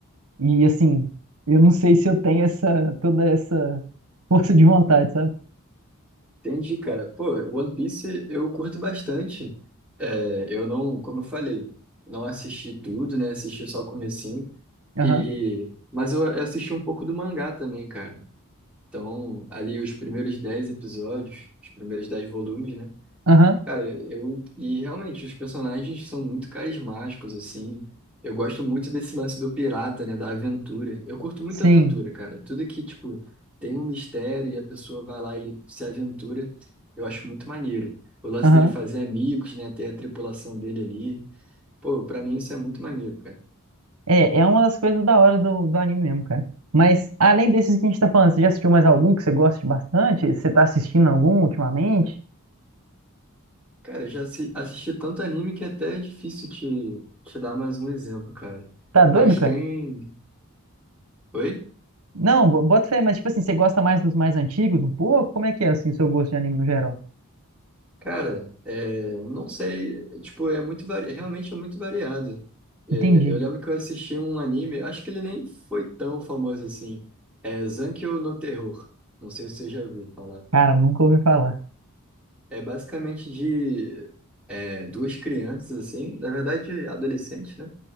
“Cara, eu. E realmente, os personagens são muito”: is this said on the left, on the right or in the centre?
Centre